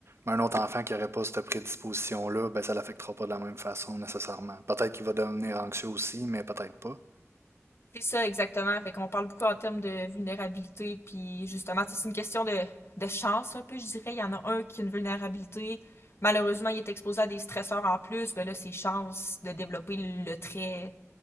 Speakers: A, on the right; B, on the left.
A: Mais un autre enfant qui n'aurait pas cette prédisposition-là, ben ça ne l'affectera pas de la même façon nécessairement. Peut-être qu'il va devenir anxieux aussi, mais peut-être pas.
B: C'est ça exactement. Fait qu'on parle beaucoup en termes de vulnérabilité, puis justement, c'est une question de, de chance un peu, je dirais. Il y en a un qui a une vulnérabilité. Malheureusement, il est exposé à des stresseurs en plus. Ben là, c'est chance de développer le trait